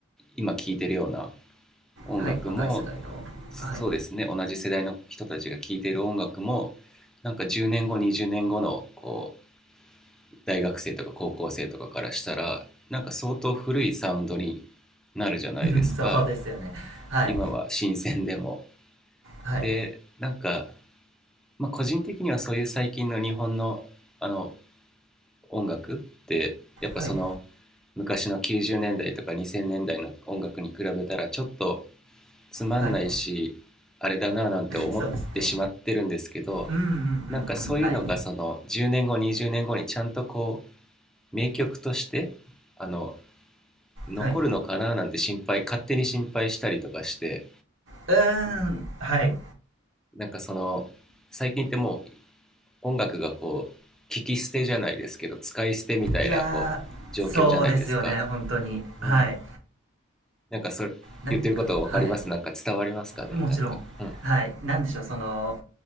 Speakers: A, in the centre; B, on the right.
A: 今聞いてるような音楽も、
B: はい若い世代のはい
A: そうですね、同じ世代の人たちが聞いてる音楽も、なんか10年後、20年後の、こう、大学生とか高校生とかからしたら、なんか相当古いサウンドになるじゃないですか。
B: <laughs> そうですよねはい
A: 今は新鮮でも。
B: はい
A: で、なんか、まあ、個人的にはそういう最近の日本の、あの音楽ってやっぱその
B: はい
A: 昔の90年代とか2000年代の音楽に比べたらちょっとつまんないしあれだなぁなんて思ってしまってるんですけど
B: はいそうですってうんうんうんうんはい
A: なんかそういうのがその10年後20年後にじゅうねんごにちゃんとこう名曲としてあの残るのかなぁなんて心配勝手に心配したりとかして
B: はい。うーん、はい。
A: なんかその最近っても音楽がこう聞き捨てじゃないですけど使い捨てみたいなこう状況じゃないですか
B: いやー、そうですよね、本当に。はい。
A: うん。なんかそれ言ってること分かりますなんか伝わりますかねなんか、
B: なんか、はい。もちろん。
A: うん、
B: はい。なんでしょう、その、